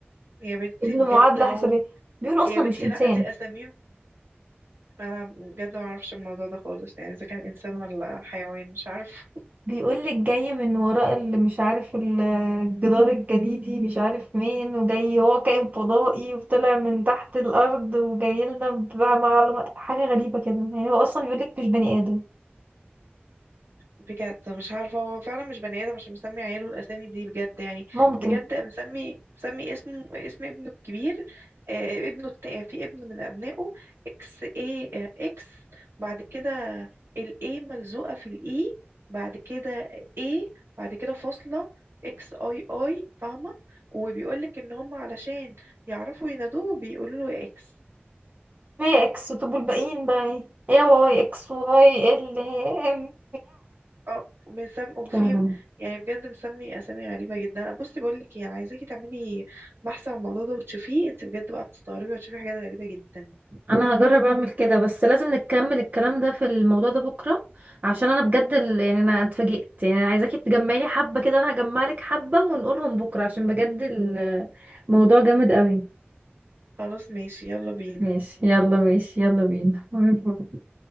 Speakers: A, on the right (about 85°); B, on the right (about 40°).
A: يا بنتي
B: ابنه
A: بجد
B: معادلة
A: هو
B: حسابية بيقول
A: يا
B: اصلا
A: بنتي
B: مش انسان
A: لا دي اساميهم انا بجد ما اعرفش الموضوع ده خالص يعني اذا كان انسان ولا حيوان مش عارف
B: بيقولك جاي من وراء اللي مش عارف ال- الجدار الجليدي مش عارف مين وجاي هو كائن فضائي وطلع من تحت الأرض وجاي لنا بقى معلومة حاجة غريبة كده يعني هو أصلا بيقولك مش بني آدم
A: بجد مش عارفه هو فعلا مش بني ادم عشان مسمي عياله الاسامي دي بجد يعني
B: ممكن
A: بجد مسمي مسمي اسمه اسم ابنه الكبير آه ابنه التا في ابن من ابنائه اكس اي آه اكس بعد كده الاي ملزوقه في الاي بعد كده اي بعد كده فاصله اكس اي اي فاهمه وبيقولك ان هم علشان يعرفوا ينادوه بيقولوا له اكس
B: ما هي إكس طب والباقيين بقى إيه إيه واي إكس واي ال إم
A: اه مسم وفي
B: يا
A: يعني بجد مسمي اسامي غريبه جدا بصي بقول لك ايه انا عايزاكي تعملي بحث عن الموضوع ده وتشوفيه انت بجد بقى تستغربي وتشوفي حاجات غريبه جدا
B: انا هجرب اعمل كده بس لازم نكمل الكلام ده في الموضوع ده بكره عشان انا بجد ال- يعني انا اتفاجئت يعني انا عايزاكي تجمعي حبه كده وانا هجمع لك حبه ونقولهم بكره عشان بجد ال- الموضوع جامد قوي
A: خلاص ماشي يلا بينا
B: ماشي يلا ماشي يلا بينا <laughs>